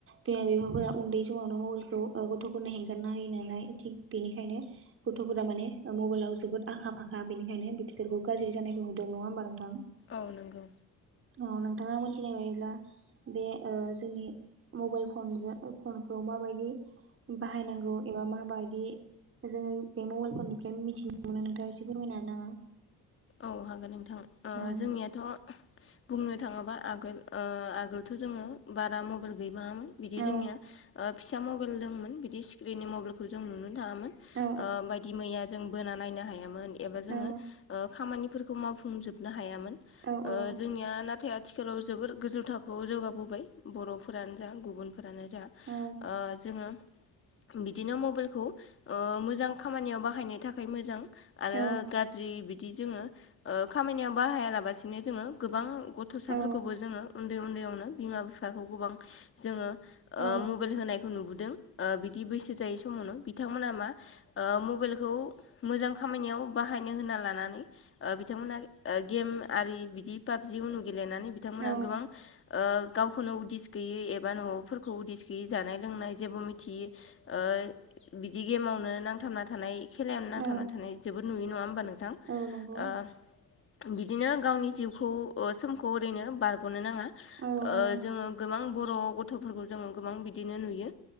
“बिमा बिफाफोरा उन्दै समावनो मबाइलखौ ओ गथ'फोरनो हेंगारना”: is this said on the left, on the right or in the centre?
Right